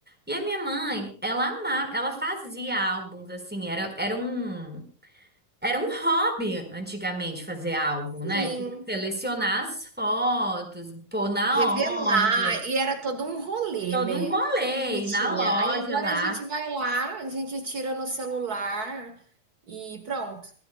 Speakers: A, in the centre; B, on the right.
A: E a minha mãe, ela amava, ela fazia álbuns, assim, era, era um, era um hobby antigamente fazer álbum,
B: Sim,
A: né? Tipo, selecionar as fotos, pôr na
B: revelar,
A: ordem.
B: e era todo um rolê,
A: Todo
B: né,
A: um rolê,
B: que
A: ir
B: tinha.
A: na loja
B: Aí agora
A: lá
B: a gente vai lá, a gente tira no celular e pronto,